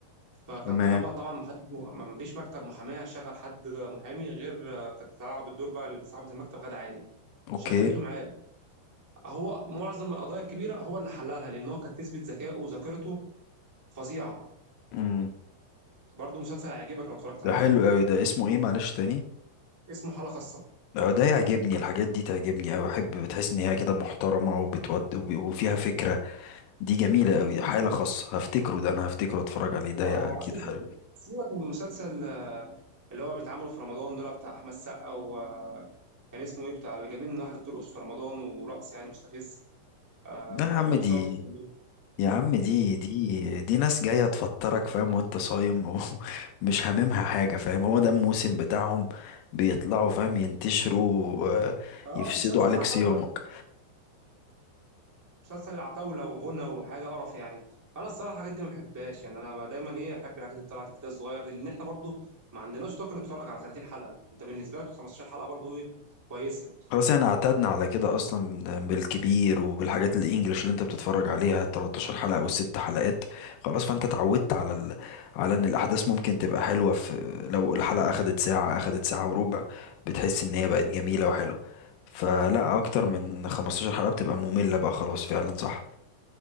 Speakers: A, on the right; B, on the left.
A: فكان
B: تمام
A: طبعا طبعا محدد ما فيش مكتب محاماه هيشغل حد محامي غير آه، كانت تلعب الدور بقى صاحبه المكتب غدا عادل
B: اوكي
A: شغلته معاه هو معظم القضايا الكبيره هو اللي حللها لان هو كانت نسبه ذكائه وذاكرته فظيعه
B: مم.
A: برضه مسلسل هيعجبك لو اتفرجت عليه
B: ده حلو قوي ده اسمه ايه معلش تاني
A: اسمه حاله خاصه
B: آه، ده يعجبني الحاجات دي تعجبني أوي أحب بتحس إن هي كده محترمة وبتود وب- وفيها فكرة دي جميلة قوي حالة خاصة هفتكره ده انا هفتكره اتفرج عليه ده
A: اه
B: يا-
A: آه،
B: اكيد
A: اصل
B: حلو
A: سي- سيبك من المسلسل آه، اللي هو بيتعمل في رمضان دول بتاع احمد السقا و آه، كان اسمه ايه بتاع اللي جايبين واحده بترقص في رمضان ورقص يعني مستفز آه،
B: لا يا عم
A: اللي هو
B: دي
A: بيصور في اسكندريه
B: يا عم دي دي دي ناس جاية تفطرك فاهم وانت صايم ومش <laughs> هاممها حاجة فاهم هو ده الموسم بتاعهم بيطلعوا فاهم ينتشروا آه،
A: اه
B: يفسدوا
A: مسلسل
B: عليك
A: العتاوله
B: صيامك
A: مسلسل عتاولة وغنى وحاجة قرف يعني أنا الصراحة الحاجات دي ما بحبهاش يعني أنا بقى دايما إيه أحب الحاجات اللي طلعت كده الصغير دي لأن إحنا برضو ما عندناش طاقة نتفرج على 30 حلقة أنت بالنسبة لك 15 حلقة برضو إيه كويسة
B: خلاص احنا اعتدنا على كده اصلا بالكبير وبالحاجات الانجليش اللي انت بتتفرج عليها 13 حلقة والست حلقات خلاص فانت اتعودت على ال... على ان الاحداث ممكن تبقى حلوة في لو الحلقة اخدت ساعة اخدت ساعة وربع بتحس ان هي بقت جميلة وحلوة فلا اكتر من 15 حلقة بتبقى مملة بقى خلاص فعلا صح